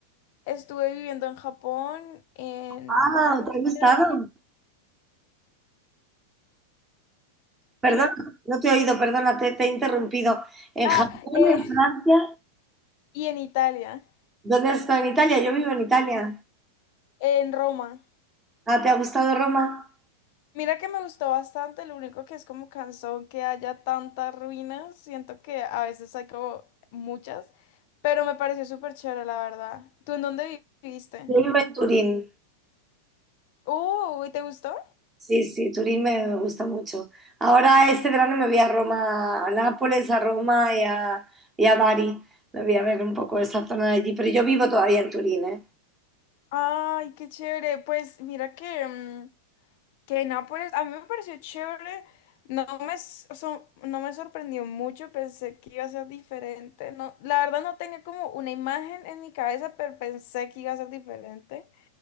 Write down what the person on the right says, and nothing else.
Ah,
¿te ha gustado?
Perdón,
no te he oído, perdona, te, te he interrumpido. ¿En
Japón,
en Francia?
¿Dónde has estado en Italia? Yo vivo en Italia.
Ah, ¿te ha gustado Roma?
Yo vivo en Turín.
Sí, sí, Turín me gusta mucho. Ahora este verano me voy a Roma, a Nápoles, a Roma y a, y a Bari. Me voy a ver un poco esa zona de allí, pero yo vivo todavía en Turín, ¿eh?